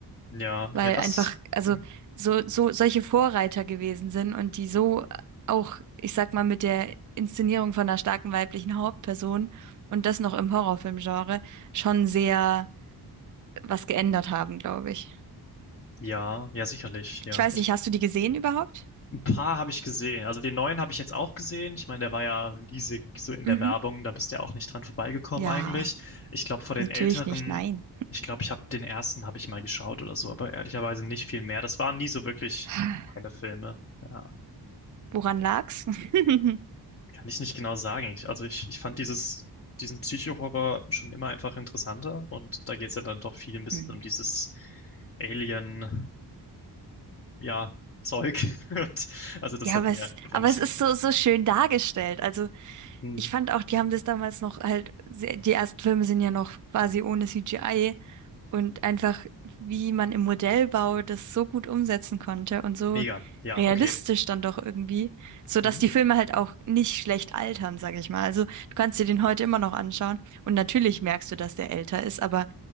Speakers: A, on the left (about 35°); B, on the right (about 45°).
A: ja,
B: weil
A: ja, das,
B: einfach, also
A: mhm.
B: so, so solche Vorreiter gewesen sind und die so auch, ich sag mal, mit der Inszenierung von einer starken weiblichen Hauptperson und das noch im Horrorfilmgenre schon sehr was geändert haben, glaube ich.
A: ja, ja, sicherlich, ja.
B: Ich weiß
A: Ich,
B: nicht, hast du die gesehen überhaupt?
A: Ein paar habe ich gesehen. Also den neuen habe ich jetzt auch gesehen. Ich meine, der war ja riesig so in der
B: Mhm.
A: Werbung. Da bist du ja auch nicht dran vorbeigekommen
B: Ja,
A: eigentlich. Ich glaube, von den
B: natürlich
A: älteren,
B: nicht, nein.
A: ich glaube, ich habe den ersten habe ich mal geschaut oder so, aber ehrlicherweise nicht viel mehr. Das waren nie so wirklich
B: <sighs>
A: meine Filme. Ja,
B: Woran lag's? <laughs>
A: kann ich nicht genau sagen. Ich, also ich, ich fand dieses, diesen Psycho-Horror schon immer einfach interessanter und da geht es ja dann doch viel ein bisschen
B: Hm.
A: um dieses Alien, ja, Zeug. <laughs> Und, also das
B: Ja,
A: hat
B: aber
A: mir
B: es,
A: einfach
B: aber
A: nicht
B: es
A: so
B: ist
A: getaugt.
B: so, so schön dargestellt. Also
A: Hm.
B: ich fand auch, die haben das damals noch halt, sehr- die ersten Filme sind ja noch quasi ohne CGI Und einfach, wie man im Modellbau das so gut umsetzen konnte und so
A: Mega. Ja,
B: realistisch
A: okay.
B: dann doch irgendwie, so
A: Mhm.
B: dass die Filme halt auch nicht schlecht altern, sage ich mal. Also du kannst dir den heute immer noch anschauen und natürlich merkst du, dass der älter ist, aber